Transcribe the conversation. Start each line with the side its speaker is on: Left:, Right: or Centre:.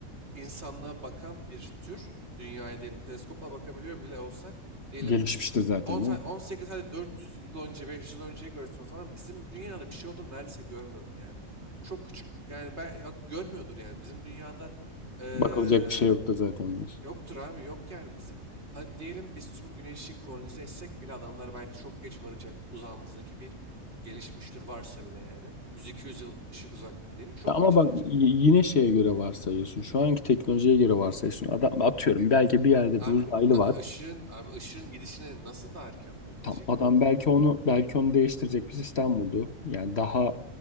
Right: insanlığa bakan bir tür dünyaya diyelim teleskopla bakabiliyor bile olsa diyelim
Left: Gelişmiştir zaten
Right: 10 sa-
Left: değil mi?
Right: 18 hadi 400 yıl önce 500 yıl önceyi görsün o zaman bizim dünyada bir şey olduğunu neredeyse görmüyordur yani. Çok küçük yani ben ya görmüyordur yani bizim dünyada eee,
Left: Bakılacak bir şey yoktur zaten diyor.
Right: yoktur abi yok yani bizim hadi diyelim biz tüm güneşi kolonize etsek bile adamlar belki çok geç varacak uzağımızdaki bir gelişmiş tür varsa bile yani 100-200 yıl ışık uzak diyelim çok
Left: Ya ama
Right: geç
Left: bak
Right: varacak.
Left: y- yine şeye göre varsayıyorsun. Şu anki teknolojiye göre varsayıyorsun. Adam atıyorum belki bir yerde
Right: Abi
Left: bir uzaylı
Right: na-
Left: var.
Right: ışığın abi ışığın gidişini nasıl daha erken fark
Left: Tam
Right: edecek
Left: adam
Right: ki o adam?
Left: belki onu belki onu değiştirecek bir sistem buldu. Yani daha